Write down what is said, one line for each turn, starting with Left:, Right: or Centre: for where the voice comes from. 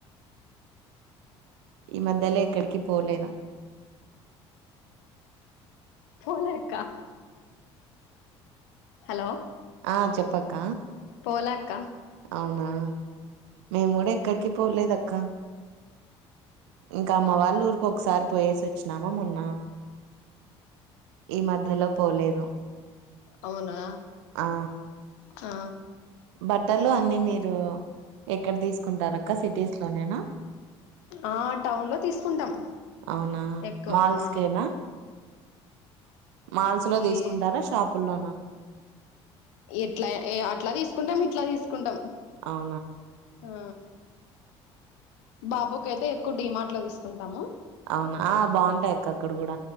Right: ఈ మధ్యలో ఎక్కడికి పోలేదా
Left: పోలేక్క హలో
Right: ఆ చెప్పక్క
Left: పోలాక్క
Right: అవునా మేము కూడ ఎక్కడికి పోలేదక్క ఇంకా అమ్మ వాళ్ళ ఊరికు ఒకసారి పోయేసి ఓచ్చినామా మొన్న ఈ మధ్యలో పోలేదు
Left: అవునా
Right: ఆ
Left: ఆ
Right: బట్టలు అన్ని మీరు ఎక్కడ తీసుకుంటార అక్క సిటీస్ లోనేన
Left: ఆ టౌన్ లో తీసుకుంటాం
Right: అవునా
Left: ఎక్కువ
Right: మాల్స్
Left: ఆ
Right: కేనా మాల్స్ లో తీసుకుంటారా
Left: ఏ
Right: షాపుల్లోనా
Left: ఎట్లా ఆ అట్లా తీసుకుంటం ఇట్ల తీసుకుంటాం
Right: ఆ
Left: ఆ బాబుకి అయితే ఎక్కువ డిమార్ట్ లో తీసుకుంటాము
Right: అవునా ఆ బావుంటాయి అక్క అక్కడ కూడ